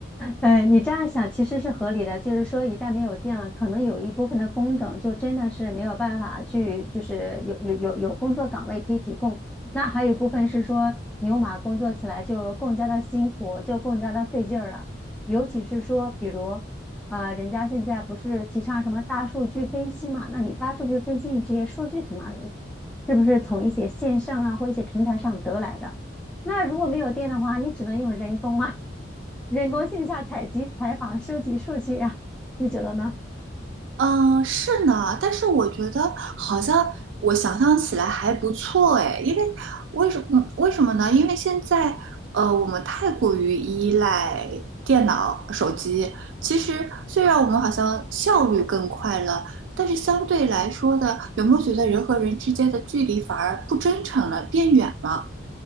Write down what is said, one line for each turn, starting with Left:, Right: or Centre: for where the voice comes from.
Centre: 哎，你这样想其实是合理的，就是说一旦没有电了，可能有一部分的工种就真的是没有办法去，就是有有有有工作岗位可以提供。那还有一部分是说牛马工作起来就更加的辛苦，就更加的费劲儿了。尤其是说，比如，呃，人家现在不是提倡什么大数据分析嘛？那你大数据分析，你这些数据从哪里来？是不是从一些线上啊或一些平台上得来的？那如果没有电的话，你只能用人工啊。人工线下采集、采访、收集数据啊，你觉得呢？
Right: 嗯，是呢，但是我觉得好像我想象起来还不错哎，因为为什么为什么呢？因为现在呃，我们太过于依赖电脑、手机。其实虽然我们好像效率更快了，但是相对来说的，有没有觉得人和人之间的距离反而不真诚了，变远了？